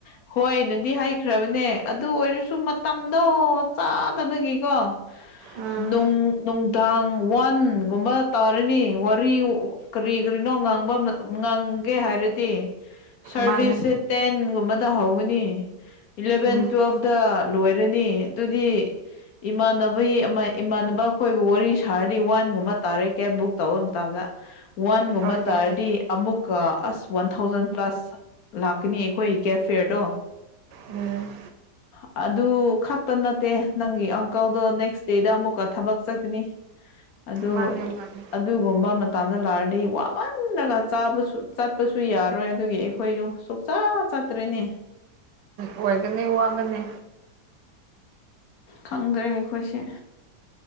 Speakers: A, on the left; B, on the right.
A: <unintelligible> ꯍꯣꯏꯅꯗꯤ ꯍꯩꯈ꯭ꯔꯕꯅꯦ ꯑꯗꯨ ꯑꯣꯏꯔꯁꯨ ꯃꯇꯝꯗꯣ ꯆꯥꯗꯕꯒꯤꯀꯣ
B: ꯎꯝ
A: ꯅꯨꯡ ꯅꯨꯡꯗꯥꯡ ꯋꯥꯟꯒꯨꯝꯕ ꯇꯧꯔꯤꯅꯤ ꯋꯥꯔꯤ ꯀꯔꯤ ꯀꯔꯤꯅꯣ ꯉꯥꯡꯕ ꯉꯥꯡꯒꯦ ꯍꯥꯏꯔꯗꯤ ꯁꯔꯚꯤꯁꯁꯦ
B: ꯃꯥꯅꯤ
A: ꯇꯦꯟꯒꯨꯝꯕꯗ ꯍꯧ ꯅꯤ ꯏꯂꯦꯚꯦꯟ
B: ꯎꯝ
A: ꯇꯨꯋꯦꯜꯚꯇ ꯂꯣꯏꯔꯅꯤ ꯑꯗꯨꯗꯤ꯫ ꯏꯃꯥꯟꯅꯕ ꯏꯃꯥꯟꯅꯕ ꯑꯩꯈꯣꯏꯕꯨ ꯋꯥꯔꯤ ꯁꯥꯔꯗꯤ ꯋꯥꯟꯒꯨꯝꯕ ꯇꯥꯔꯦ ꯀꯦꯕ ꯕꯨꯛ ꯇꯧꯕ ꯃꯇꯝꯗ ꯋꯥꯟꯒꯨꯝꯕ
B: ꯑꯣꯏꯒꯅꯤ
A: ꯇꯥꯔꯗꯤ ꯑꯃꯨꯛꯀ ꯑꯁ ꯋꯥꯟ ꯊꯥꯎꯖꯟ ꯄ꯭ꯂꯁ ꯂꯥꯛꯀꯅꯤ ꯑꯩꯈꯣꯏ ꯀꯦꯐꯦꯗꯣ
B: ꯎꯝ
A: ꯍꯥ ꯑꯗꯨ ꯈꯛꯇ ꯅꯠꯇꯦ ꯅꯪꯒꯤ ꯑꯪꯀꯜꯗꯣ ꯅꯦꯛꯁ ꯗꯦꯗ ꯑꯃꯨꯛꯀ ꯊꯕꯛ ꯆꯠꯈꯤꯅꯤ ꯑꯗꯣ
B: ꯃꯥꯅꯤ ꯃꯥꯅꯤ
A: ꯑꯗꯨꯒꯨꯝꯕ ꯃꯇꯗ ꯂꯥꯔꯗꯤ ꯋꯥꯃꯜꯂꯒ ꯆꯥꯕꯁꯨ ꯆꯠꯄꯁꯨ ꯌꯥꯔꯣꯏ ꯑꯗꯨꯒꯤ ꯑꯩꯈꯣꯏꯁꯨ ꯆ ꯆꯠꯇ꯭ꯔꯦꯅꯦ
B: ꯑꯣꯏꯒꯅꯤ ꯋꯥꯒꯅꯤ
A: ꯈꯪꯗ꯭ꯔꯦ ꯑꯩꯈꯣꯏꯁꯦ